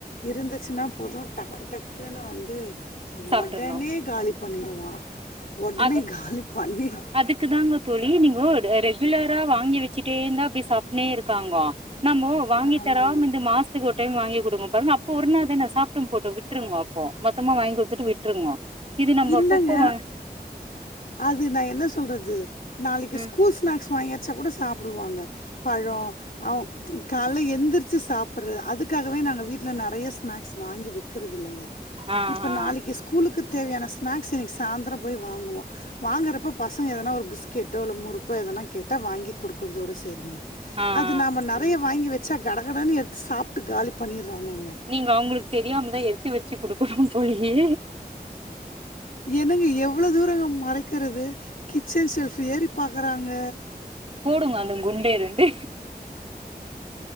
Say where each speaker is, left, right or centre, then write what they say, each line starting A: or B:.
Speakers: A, on the left; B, on the right.
A: இருந்துச்சுனா போது டக்கு டக் க்குனு வந்து
B: சாப்ட்றணு
A: ஒடனே காலி பண்ணிடுவா ஒடனே
B: ஆச
A: காலி பண்ணிடு
B: அதுக்கு தாங்க தோழி நீங்கோ அ ரெகுலரா வாங்கி வச்சுட்டே இருந்தா அப்டியே சாப்ட்டுனே இருக்காங்க நம்மோ வாங்கி
A: ஆமாங்க
B: தராம இந்த மாஸ் த்துக்கு ஒரு டைம் வாங்கி குடுங்க பாருங்க அப்ப ஒரு நாள் தான சாப்ட்டு போட்டு விட்ருங்கோ அப்போ மொத்தமா வாங்கி குடுத்துட்டு விட்ருங்கோ இது நம்ப
A: இல்லங்க.
B: அப்பப்ப வாங்
A: அது நா என்ன சொல்றது நாளைக்கு
B: ம்
A: ஸ்கூல் ஸ்நாக்ஸ் வாங்கி கெட்ச்சா கூட சாப்பிடுவாங்க பழோ அவ்ங் கால்ல எந்திரிச்சு சாப்பிட்ற அதுக்காகவே நானு வீட்ல நெறைய ஸ்நாக்ஸ் வாங்கி வெக்கிறது இல்லங்க
B: ஆ
A: இப்ப
B: ஆ
A: நாளைக்கு ஸ்கூலுக்கு தேவையான ஸ்நாக்ஸ் இன்னைக்கு சாந்தர போய் வாங்குவோ வாங்குறப்ப பசங்க எதனா ஒரு பிஸ்கெட்டோ இல்ல முறுக்கோ எதனா கேட்டா வாங்கி குடுக்குறதோட சேரி
B: ஆ
A: அது
B: ஆ
A: நாம நெறைய வாங்கி வச்சா கடகடன்னு எடுத்து சாப்ட்டு காலி பண்ணிடுறாங்கங்க
B: நீங்க அவுங்களுக்கு தெரியாமதா எடுத்து வச்சு குடுக்கணு போலயே
A: என்னங்க எவ்வளோ தூரங்க மறைக்கிறது கிச்சன் ஷெல்ஃப் ஏறி பாக்கறாங்க
B: போடுங்க அந்த குண்டே ரெண்டு